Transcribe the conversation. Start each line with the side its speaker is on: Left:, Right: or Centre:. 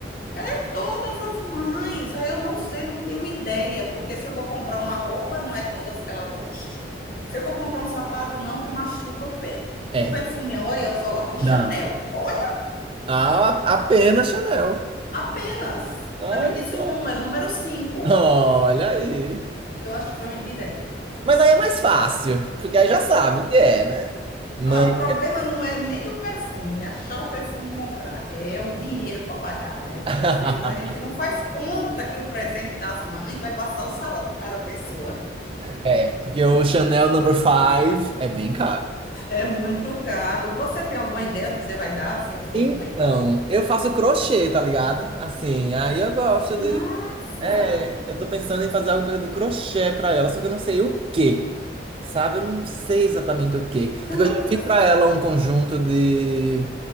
Left: É todas as mães. Aí eu não sei, não tenho ideia, porque se eu vou comprar uma roupa, não é todas que ela goste. Se eu vou comprar um sapato, não, que machuca o pé.
Right: É.
Left: O perfume, olha, eu só gosto de Chanel.
Right: Não.
Left: Olha,
Right: Ah, apenas Chanel.
Left: apenas.
Right: Olha
Left: Ainda me disse
Right: só.
Left: o número, número cinco.
Right: Olha aí.
Left: Eu acho que foi um indireto.
Right: Mas aí é mais fácil, porque aí já sabe o que é, né? Mãe.
Left: Ah, o problema não é nem o perfume, achar o perfume e comprar, é o dinheiro para pagar, né?
Right: <laughs>
Left: Porque às vezes a gente não faz conta que o presente das mães vai passar o salário da pessoa.
Right: É, porque o Chanel Number Five é bem caro.
Left: É muito caro. Você tem alguma ideia do que você vai dar se eu for
Right: Então,
Left: mãe?
Right: eu faço crochê, tá ligado? Assim, aí eu gosto de.
Left: Massa!
Right: É, eu tô pensando em fazer alguma coisa de crochê pra ela, só que eu não sei o quê. Sabe? Eu não sei exatamente o quê.
Left: Você
Right: Porque
Left: já
Right: eu já
Left: viu
Right: fiz
Left: que...
Right: pra ela um conjunto de.